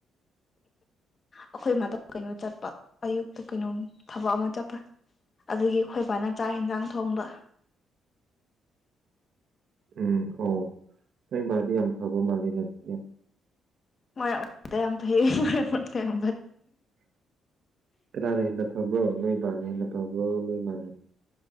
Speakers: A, on the left; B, on the right.
A: ꯑꯩꯈꯣꯏ ꯃ ꯀꯩꯅꯣ ꯆꯠꯄ ꯑꯌꯨꯛꯇ ꯀꯩꯅꯣꯝ ꯊꯕꯛ ꯑꯃ ꯆꯠꯄ ꯑꯗꯨꯒꯤ ꯑꯩꯈꯣꯏ ꯏꯕꯥꯅ ꯆꯥꯛ ꯌꯦꯟꯁꯥꯡ ꯊꯣꯡꯕ
B: <inaudible> ꯎꯝ ꯑꯣ ꯅꯣꯏ ꯃꯥꯗꯤ ꯌꯥꯝꯝꯐꯕꯒ ꯃꯥꯜꯂꯤꯅꯗꯤꯒꯦ
A: ꯃꯔ ꯇ ꯌꯥꯝ ꯐꯩ ꯃ ꯌꯥꯝ
B: ꯀꯅꯥꯅ ꯍꯦꯟꯅ ꯐꯕ꯭ꯔꯣ ꯅꯣꯏ ꯃꯥꯅ ꯍꯦꯟꯅ ꯐꯕ꯭ꯔꯣ ꯅꯣꯏ ꯃꯅꯦ